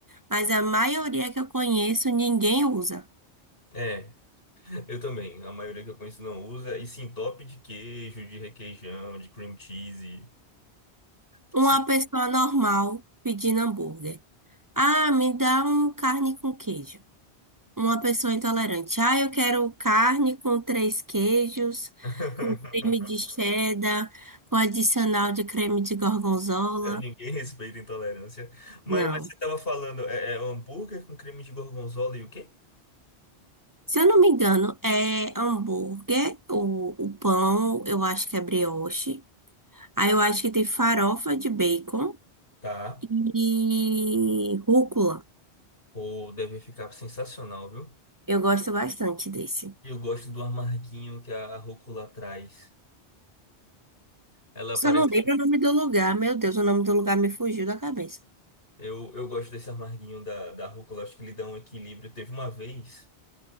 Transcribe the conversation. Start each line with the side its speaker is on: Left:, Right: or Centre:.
Right: Mas a maioria que eu conheço, ninguém usa.
Left: É, eu também. A maioria que eu conheço não usa. E sim, top de queijo, de requeijão, de cream cheese.
Right: Uma
Left: Sim.
Right: pessoa normal pedindo hambúrguer. Ah, me dá um carne com queijo. Uma pessoa intolerante. Ah, eu quero carne com três queijos,
Left: <laughs>
Right: com creme de cheddar, com adicional de creme de gorgonzola.
Left: Ninguém respeita a intolerância. Mas,
Right: Não.
Left: mas você estava falando, é, é hambúrguer com creme de gorgonzola e o quê?
Right: Se eu não me engano, é hambúrguer, o, o pão, eu acho que é brioche. Aí eu acho que tem farofa de bacon
Left: Tá.
Right: e rúcula.
Left: Ou deve ficar sensacional, viu?
Right: Eu gosto bastante desse.
Left: Eu gosto do amarguinho que a rúcula traz. Ela parece
Right: Só não lembro o nome do lugar. Meu Deus, o nome do lugar me fugiu da cabeça.
Left: Eu, eu gosto desse amarguinho da, da rúcula, acho que ele dá um equilíbrio. Teve uma vez